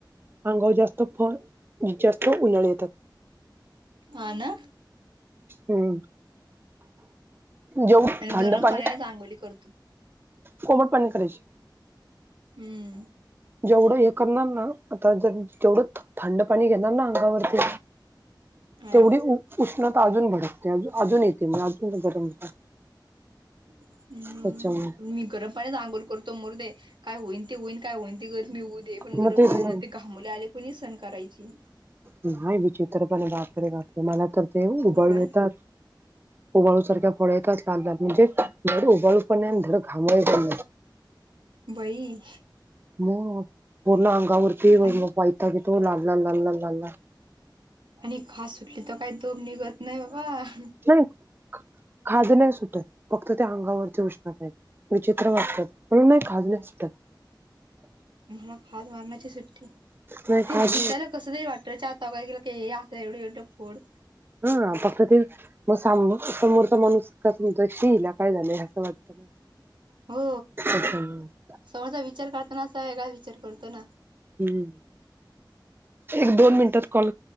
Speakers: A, on the right (about 25°); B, on the right (about 75°).
A: अंगावर जास्त फळ जास्त उन्हाळे येतात.
B: हा ना.
A: हम्म, जेऊ
B: आणि
A: थंड
B: गरम
A: पाणी
B: पाण्यानेच आंघोळी करतो
A: कोमट पाणी करायची.
B: हम्म.
A: जेवढं हे करणार ना, आता जर जेवढं थंड पाणी घेणार ना <unintelligible> वरती
B: हा
A: तेवढी उष्णता अजून भडकते, अजून अजून येते म्हणजे अजून गरम होत.
B: हम्म,
A: त्याच्यामुळे
B: मी गरम <unintelligible> पाण्याने अंघोळ करतो मरुदे, काय होईन ते होईन, काय होईन ते गरमी होऊ दे, पण
A: मग
B: गरम
A: तेच
B: पाणी
A: ना
B: मुले आले कोणी सण करायची.
A: नाही विचित्रपणे बापरे बापरे, मला तर ते उबाळू
B: हो काय
A: येतात. उबाळू सारख्या फळ येतात, कात म्हणजे धड उबाळू पण नाही आणि धड घामोळे पण नाही.
B: बई.
A: मग पूर्ण अंगावरती मग
B: आणि
A: वैताग येतो, लाल लाल लाल लाल लाल.
B: आणि खास सुटली तर, काही तोप निघत नाही बाबा.
A: नाही खाज नाही सुटत, फक्त त्या अंगावरती उष्णता येती. <unintelligible> विचित्र वाटतात पण नाही खाज नाही सुटत.
B: मला खाज मारण्याची सुटती.
A: नाही
B: ते
A: खाज
B: दिसायला कस तरी वाट त चार चौघात गेल की, हे असं एवढे एवढं फोड.
A: हा फक्त ते मग समोरचा माणूस कस म्हणतो, शी ईला काय झाले? असं वाटतं.
B: हो
A: <unintelligible>
B: समोरचा विचार करताना असा वेगळाच विचार करतो ना.
A: हम्म, एक, दोन मिनिटात कॉल